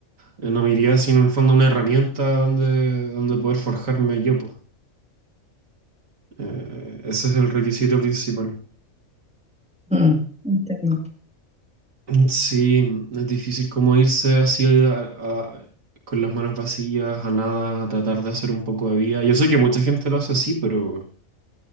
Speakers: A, on the right; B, in the centre.
A: Eh, no me iría sin, en el fondo, una herramienta donde, donde poder forjarme yo, po. Eh, ese es el requisito principal.
B: bueno. Mm, entiendo.
A: Sí, es difícil como irse así a- a- con las manos vacías, a nada, a tratar de hacer un poco de vida. Yo sé que mucha gente lo hace así, pero,